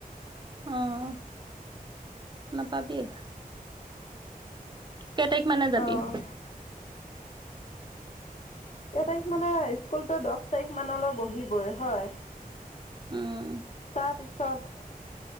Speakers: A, on the right (about 30°); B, on the left (about 45°).
A: অহ, নাপাবি। কেই তাৰিখ মানে যাবি।
B: অ', কেই তাৰিখ মানে স্কুলতো দহ তাৰিখ মানলৈ বহিবই হয়।
A: উম,
B: তাৰ পিছত